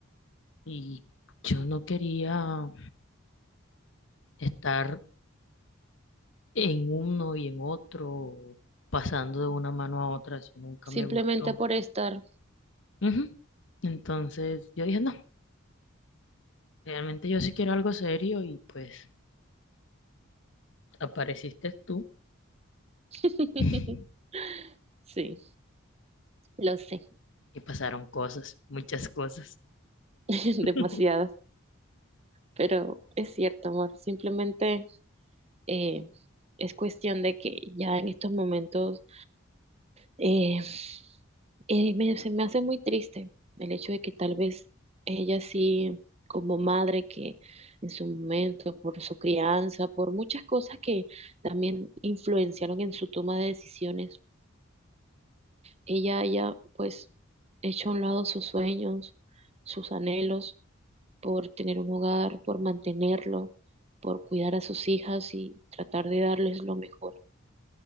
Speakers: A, on the left; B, on the right.
A: Y yo no quería estar en uno y en otro, pasando de una mano a otra, eso nunca
B: simplemente
A: me gustó.
B: por estar
A: Ujú. Entonces yo dije, no, realmente yo sí quiero algo serio y pues apareciste tú
B: <laughs>
A: <laughs> y
B: Sí, lo sé,
A: pasaron cosas, muchas cosas,
B: <laughs>
A: <laughs>
B: demasiadas, pero es cierto, amor, simplemente eh, es cuestión de que ya en estos momentos eh, eh, me- se me hace muy triste el hecho de que tal vez ella sí, como madre que en su momento, por su crianza, por muchas cosas que también influenciaron en su toma de decisiones, ella haya pues hecho a un lado sus sueños, sus anhelos por tener un hogar, por mantenerlo, por cuidar a sus hijas y tratar de darles lo mejor.